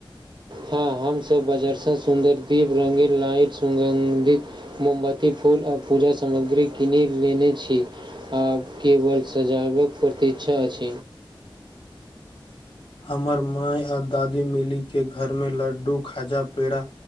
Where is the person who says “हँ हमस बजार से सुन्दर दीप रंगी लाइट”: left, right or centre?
Right